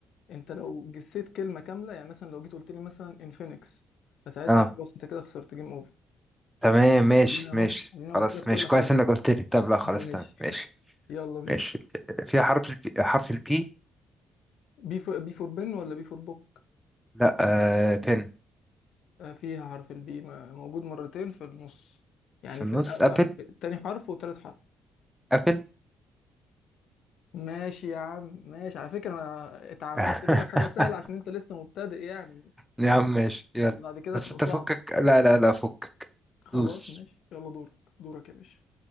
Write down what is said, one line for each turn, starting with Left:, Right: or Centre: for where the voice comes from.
Left: انت لو جسيت كلمة كاملة يعني مثلا لو جيت قلت لي مثلا انفينكس فساعتها
Centre: اه
Left: خلاص انت كده خسرت جيم اوفر
Centre: تمام ماشي
Left: ادينا اهو
Centre: ماشي
Left: ادينا قلت
Centre: خلاص
Left: لك كل
Centre: ماشي
Left: حاجة
Centre: كويس انك
Left: أهو.
Centre: قلت لي طب لا خلاص
Left: ماشي
Centre: تمام ماشي
Left: يلا بينا
Centre: ماشي في حرف البي حرف البي
Left: بي فور بي فور بن ولا بي فور بوك
Centre: لا آه بن
Left: آه، فيها حرف البي م- موجود مرتين في النص يعني
Centre: في النص
Left: في, الأ-
Centre: ابل
Left: في التاني حرف وتالت حرف
Centre: ابل
Left: ماشي يا عم ماشي على فكرة أنا اتعمدت
Centre: <laughs>
Left: أجيب لك حاجة سهلة عشان أنت لسه مبتدئ يعني
Centre: يا عم ماشي يلا
Left: بس بعد كده
Centre: بس
Left: هتبقى
Centre: انت
Left: صعبة
Centre: فكك لا لا لا فكك
Left: خلاص
Centre: دوس
Left: ماشي يلا دورك دورك يا باشا